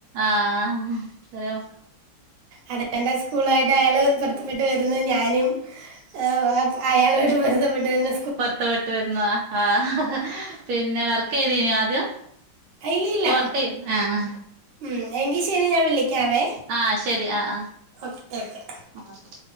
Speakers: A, on the right (about 80°); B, on the right (about 60°).
A: ആഹ് കല്യാണം.
B: അതെ എന്റെ സ്കൂളായിട്ട് അയാൾ പൊരുത്തപ്പെട്ടു വരുന്നു ഞാനും ഏഹ് അയാളോട് പൊരുത്തപ്പെട്ടു വരുന്നു.
A: പൊരുത്തപെട്ട് വരുന്നു ആഹാ പിന്നെ വർക്ക് ചെയ്തീന്യോ ആദ്യം,
B: ഇല്ല ഇല്ല
A: ഇപ്പൊ വർക്കെയ്യും, ആഹ്.
B: ഉം എങ്കി ശരി ഞാൻ വിളിക്കാവേ.
A: ആഹ് ശരി ആഹ് ആഹ്
B: ഓക്കെ ഓക്കെ.
A: ആഹ്